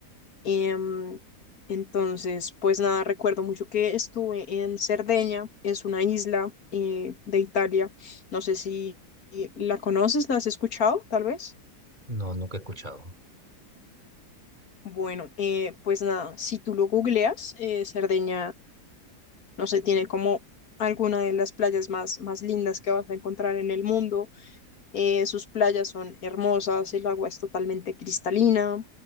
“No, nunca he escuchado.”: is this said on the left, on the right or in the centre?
Right